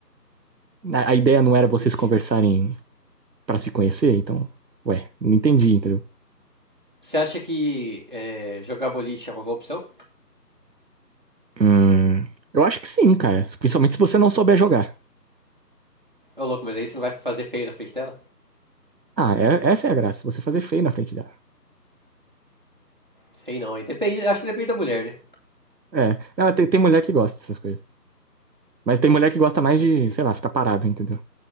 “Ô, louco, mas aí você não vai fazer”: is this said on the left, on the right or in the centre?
Right